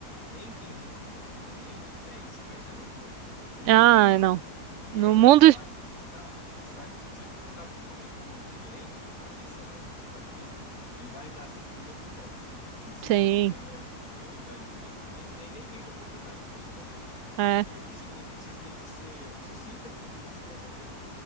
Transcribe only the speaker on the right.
Ah, não.
No mundo,
sim.
é.